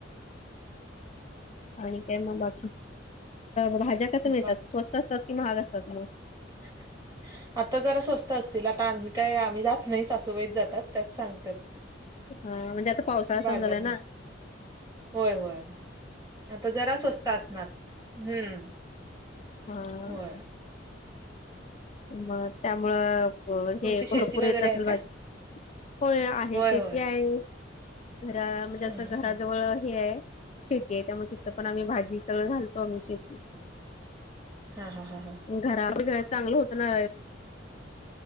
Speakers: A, on the left; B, on the right.
A: आणि काय मग बाकी भाज्या कस मिळतात
B: पा-
A: स्वस्त असतात कि महाग असतात मग
B: ह आता जरा स्वस्त असतील आता आम्ही काय आम्ही जात नाही सासूबाईत जातात त्याच सांगतात
A: हा म्हणजे आता पावसाळा
B: बाजारला
A: समजालाय ना
B: होय होय आता जरा स्वस्त असणार. हम्म
A: हम
B: होय
A: मग त्यामुळं
B: तुमची
A: हे
B: शेती
A: भरपूर
B: वगैरे
A: येत असेल
B: आहे काय
A: भाजी होय आहे
B: होय
A: शेती
B: होय
A: आहे घरा म्हणजे
B: हा
A: असं
B: हा
A: घराजवळ
B: हा
A: ह आहे शेती आहे त्यामुळे तिथं पण आम्ही भाजी सगळं घालतो आम्ही शेती
B: हा हा हा हां
A: घरा घ चांगलं होत ना.